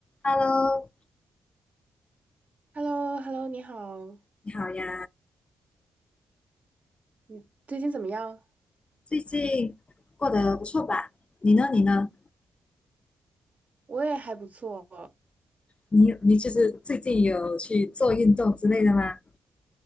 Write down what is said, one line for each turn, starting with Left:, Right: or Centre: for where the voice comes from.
Left: Hello，
Right: h e l l o h e l l o 你好，
Left: 你好呀，
Right: 你最近怎么样？
Left: 最近过得不错吧？你呢？你呢？
Right: 我也还不错，
Left: 你你就是最近有去做运动之类的吗？